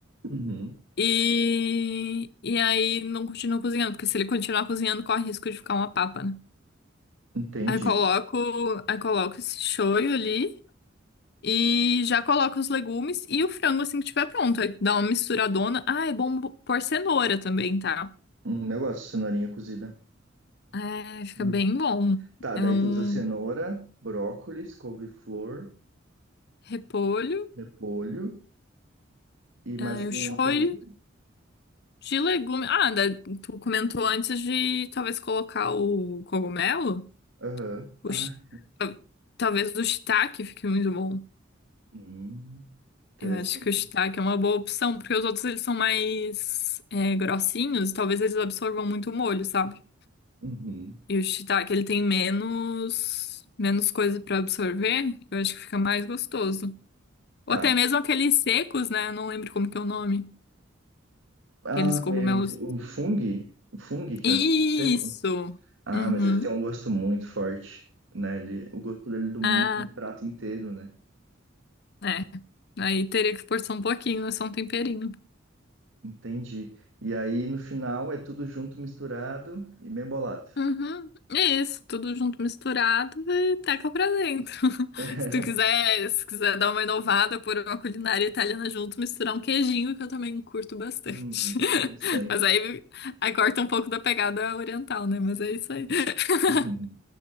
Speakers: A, on the right (about 75°); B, on the left (about 55°).
A: uhum.
B: E, e aí não continua cozinhando, porque se ele continuar cozinhando, corre risco de ficar uma papa, né?
A: Entendi.
B: Aí coloco, aí coloco esse shoyu ali. E já coloca os legumes e o frango assim que tiver pronto. Aí dá uma misturadona. Ah, é bom pôr cenoura também, tá?
A: Hum, eu gosto de cenourinha cozida.
B: É, fica
A: Uhum.
B: bem bom.
A: Tá,
B: É
A: daí
B: um
A: tu usa cenoura, brócolis, couve-flor,
B: repolho,
A: repolho e mais
B: é
A: algum
B: o shoyu
A: outro legume?
B: de legume. Ah, da- tu comentou antes de talvez colocar o cogumelo.
A: Aham.
B: O
A: Ah,
B: shi- ta- talvez o shiitake fique muito bom.
A: hum, interessante.
B: Eu acho que o shiitake é uma boa opção, porque os outros eles são mais é, grossinhos. Talvez eles absorvam muito o molho, sabe?
A: Uhum.
B: E o shiitake, ele tem menos, menos coisa pra absorver. Eu acho que fica mais gostoso. Ou
A: Tá.
B: até mesmo aqueles secos, né? Eu não lembro como que é o nome.
A: Ah,
B: Aqueles cogumelos.
A: é, o fungo, o fungo que
B: Isso!
A: é o seco. Ah,
B: Uhum.
A: mas ele tem um gosto muito forte, né? Ele, o gosto dele domina
B: Ah,
A: o prato inteiro, né?
B: é. Aí teria que forçar um pouquinho, é só um temperinho.
A: Entendi. E aí no final é tudo junto, misturado e bem bolado.
B: Uhum. É Isso, tudo junto misturado e teca pra dentro. <laughs>
A: <laughs>
B: Se tu quiser, se quiser dar uma inovada por uma culinária italiana junto, misturar um queijinho, que eu também curto bastante.
A: Hum, interessante.
B: <laughs> Mas aí, aí corta um pouco da pegada oriental, né? Mas é isso aí. <laughs>
A: <laughs>